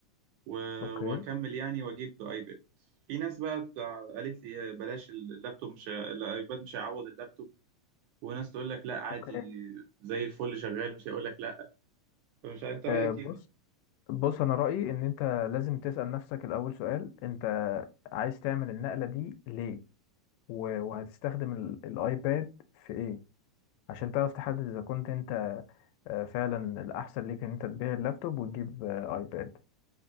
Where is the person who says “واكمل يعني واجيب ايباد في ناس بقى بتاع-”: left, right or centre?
Right